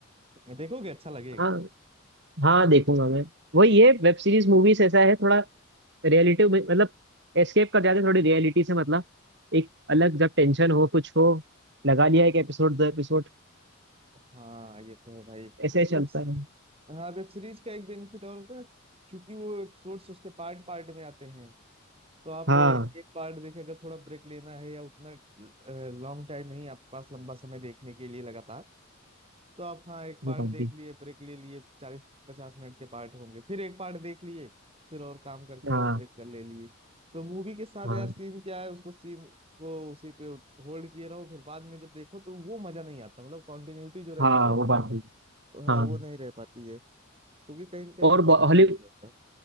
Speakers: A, on the right; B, on the right.
A: देखोगे अच्छा लगेगा
B: हाँ हाँ देखूंगा मैं वही ये वेब सीरीज मूवीज ऐसा है थोड़ा रियलिटी मतलब एस्केप कर जाते हैं थोड़ी रियलिटी से मतलब एक अलग जब टेंशन हो कुछ हो लगा लिया एक एपिसोड दो एपिसोड
A: हाँ ये तो है भाई
B: ऐसे ही चलता
A: वेब
B: है
A: हाँ वेब सीरीज का एक बेनिफिट और होता है क्योंकि वो एपिसोड्स उसके पार्ट पार्ट में आते हैं तो आप
B: हाँ
A: एक पार्ट देखें अगर थोड़ा ब्रेक लेना है या उतना लॉन्ग टाइम नहीं आपके पास लंबा समय देखने के लिए लगातार तो आप हाँ एक पार्ट
B: वो बात
A: देख
B: भी
A: लिए ब्रेक ले लिए चालीस पचास मिनट के पार्ट होंगे फिर एक पार्ट देख लिए फिर और काम करके और
B: हाँ
A: ब्रेक कर ले लिए तो मूवी के साथ
B: हाँ
A: यार सीन क्या है उसको सीन को उसी पे होल्ड किए रहो फिर बाद में जब देखो तो वो मजा नहीं आता मतलब कंटिन्यूटी जो रहती
B: हाँ
A: है
B: वो बात भी
A: तो
B: हाँ
A: हाँ, वो नहीं रह पाती है क्योंकि कहीं कहीं
B: और
A: कुछ
B: हॉली
A: मिस ही हो जाता